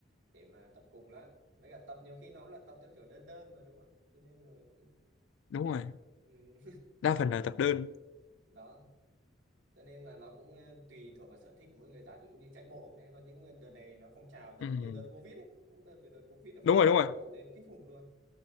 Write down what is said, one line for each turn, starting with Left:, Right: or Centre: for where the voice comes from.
Right: để mà tập cùng lắm với cả tập nhiều khi nó cũng là tập theo kiểu đơn đơn mà đúng không cho nên là cũng
Left: đúng rồi
Right: ừ.
Left: đa phần là tập đơn
Right: <laughs> đó cho nên là nó cũng ờ, tùy thuộc vào sở thích của mỗi người giả dụ như chạy bộ đấy có những ờ, đợt này nó phong trào rất
Left: Ừm,
Right: từ đợt Covid ấy cũng đợt từ đợt Covid là
Left: đúng
Right: phong trào
Left: rồi đúng
Right: chạy
Left: rồi
Right: bộ lên kinh khủng luôn